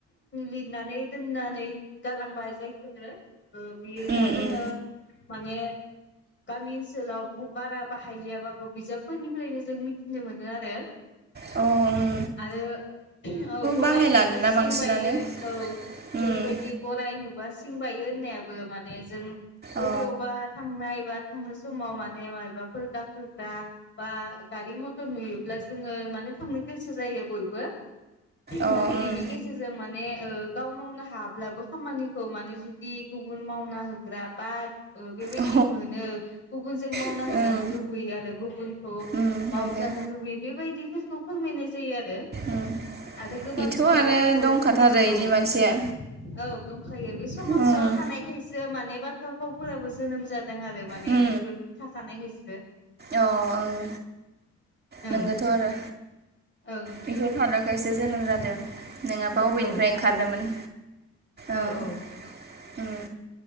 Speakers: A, on the left; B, on the right.
A: लिरनानै दोननानै गालांबाय जाय फोरो ओ बे दा
B: उम
A: जोङो
B: उम
A: माने गामि ओनसोलाव बारा बाहायलियाबाबो बिजाबफोरनिफ्रायनो जों मिथिनो मोनो आरो।
B: अ ओम
A: आरो औ गराय
B: बाहायलानोना
A: नुब्ला सिं
B: बांसिनानो
A: बायो औ
B: उम
A: ओेरैबायदि गराइ नुबा सिं सिं बायो होननायाबो माने जों बबेयावबा
B: अ
A: थांनाय बा थांनो समाव माने मायाबाफोर गाखोग्रा बा गारि मथर नुयोब्ला जोङो माने थांनो गोसो जायो बयबो
B: अ
A: माने बिनि
B: उम
A: गेजेरजों माने ओ गाव मावनो हाब्लाबो खामानिखौ माने जुदि गुबुन मावना होग्रा बा ओ बेबायदि
B: अ
A: मोनो गुबुनजों मावना
B: ओं
A: होजानो लुबैयो आरो गुबुनखौ
B: उम
A: मावजानो
B: नंगौ
A: लुबैयो बेबायदिफोरखौ फोरमायनाय जायो आ रो
B: उम
A: आरो गोबां
B: इथ'
A: दङ
B: आरो
A: बरफोरनि
B: दंखाथारो
A: गेजेराव
B: इदि
A: औ
B: मानसिया
A: औ दंखायो बे समाजाव
B: उम
A: थानायखायसो माने बाथ्रा भावफोराबो जोनोम जाद दों आरो माने
B: उम
A: बेफोर थाखानायखायसो।
B: अ ओं
A: ओं
B: नोंगोथ' आरो
A: ओं
B: बेफोर <unintelligible> खायसे जोनोम जादों। नोङाबा अबेनिफ्राय
A: औ
B: ओंखारदोमोन
A: आरो औ
B: ओ ओम
A: औ